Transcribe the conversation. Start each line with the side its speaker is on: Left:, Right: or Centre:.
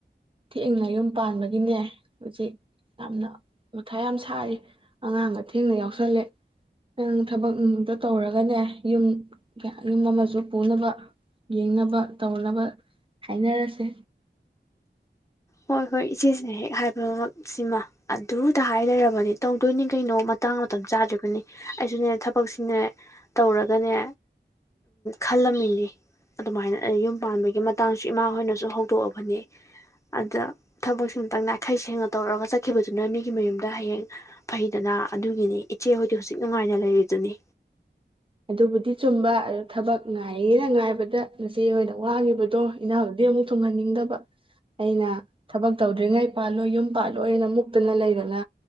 Right: ꯊꯦꯡꯅ ꯌꯨꯝ ꯄꯥꯟꯕꯒꯤꯅꯦ ꯍꯧꯖꯤꯛ ꯌꯥꯝꯅ ꯃꯊꯥ ꯌꯥꯝ ꯁꯥꯔꯤ ꯑꯉꯥꯡꯒ ꯊꯦꯡꯅ ꯌꯥꯎꯁꯜꯂꯦ ꯅꯪ ꯊꯕꯛꯗ ꯇꯧꯔꯒꯅꯦ ꯌꯨꯝ ꯀ ꯌꯨꯝ ꯑꯃꯁꯨ ꯄꯨꯅꯕ ꯌꯦꯡꯅꯕ ꯇꯧꯅꯕ ꯍꯥꯏꯅꯔꯁꯦ
Left: ꯍꯣꯏ ꯍꯣꯏ ꯏꯆꯦꯁꯤꯅ ꯍꯦꯛ ꯍꯥꯏꯕ ꯁꯤꯃ ꯑꯗꯨꯗ ꯍꯥꯏ ꯂꯩꯔꯕꯅꯤ ꯇꯧꯗꯣꯏꯅꯤ ꯀꯩꯅꯣ ꯃꯇꯥꯡ ꯃꯇꯝ ꯆꯥꯗ꯭ꯔꯤꯔꯤꯕꯅꯤ ꯑꯩꯁꯨꯅꯦ ꯊꯕꯛꯁꯤꯅꯦ ꯇꯧꯔꯒꯅꯦ ꯈꯜꯂꯝꯃꯤꯅꯤ ꯑꯗꯨꯃꯥꯏꯅ ꯌꯨꯝ ꯄꯥꯟꯕꯒꯤ ꯃꯇꯥꯡꯁꯨ ꯏꯃꯥ ꯍꯣꯏꯅꯁꯨ ꯍꯧꯗꯣꯛꯑꯕꯅꯦ ꯑꯗ ꯊꯕꯛꯁꯤ ꯑꯃꯨꯇꯪ ꯅꯥꯈꯩ ꯁꯦꯡꯅ ꯇꯧꯔꯛꯒ ꯆꯠꯈꯤꯕꯗꯨꯅ ꯃꯤꯒꯤ ꯃꯌꯨꯝꯗ ꯍꯌꯦꯡ ꯐꯩꯗꯅ ꯑꯗꯨꯒꯤꯅꯤ ꯏꯆꯦꯍꯣꯏꯗꯤ ꯍꯧꯖꯤꯛ ꯅꯨꯡꯉꯥꯏꯅ ꯂꯩꯔꯤꯗꯨꯅꯤ
Right: ꯑꯗꯨꯕꯨꯗꯤ ꯆꯨꯝꯕ ꯑꯗꯨ ꯊꯕꯛ ꯉꯥꯏꯌꯦꯅ ꯉꯥꯏꯕꯗ ꯉꯁꯤ ꯑꯣꯏꯅ ꯋꯥꯡꯉꯤꯕꯗꯣ ꯏꯅꯥꯎꯗꯤ ꯑꯃꯨꯛ ꯊꯨꯡꯍꯟꯅꯤꯡꯗꯕ ꯑꯩꯅ ꯊꯕꯛ ꯇꯧꯗ꯭ꯔꯤꯉꯩ ꯄꯥꯜꯂꯣꯏ ꯌꯨꯝ ꯄꯥꯜꯂꯣꯏꯅ ꯃꯨꯛꯇꯅ ꯂꯩꯗꯅ